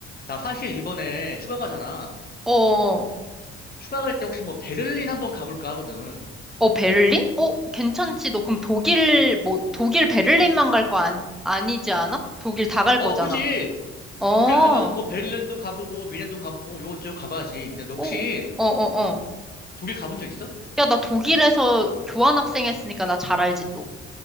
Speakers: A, on the left; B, in the centre.
A: 나 사실 이번에 휴가 가잖아.
B: 어,
A: 휴가 갈 때 혹시 뭐 베를린 한번 가볼까 하거든.
B: 어, 베를린? 어, 괜찮지. 너 그럼 독일, 뭐, 독일 베를린만 갈 거 아니, 아니지 않아? 독일 다 갈 거잖아.
A: 어, 그치.
B: 어, 어,
A: 독일 가면은 뭐 베를린도 가보고 미넨도 가보고 요것저것 가봐야지. 근데 너 혹시
B: 어, 어, 어.
A: 독일 가본 적 있어?
B: 야, 나 독일에서 교환학생 했으니까 나 잘 알지, 또.